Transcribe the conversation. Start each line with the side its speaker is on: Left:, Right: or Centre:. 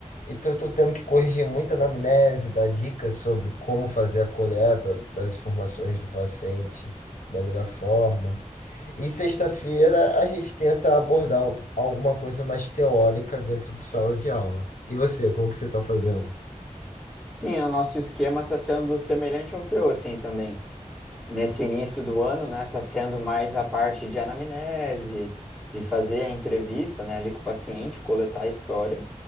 Left: Então, eu estou tendo que corrigir muita anamnese, dar dicas sobre como fazer a coleta das informações do paciente da melhor forma. E sexta-feira a gente tenta abordar alguma coisa mais teórica dentro de sala de aula. E você, como que você está fazendo?
Centre: Sim, o nosso esquema está sendo semelhante ao teu, assim, também. Nesse início do ano, né, tá sendo mais a parte de anamnese, de fazer a entrevista, né, ali com o paciente, coletar a história.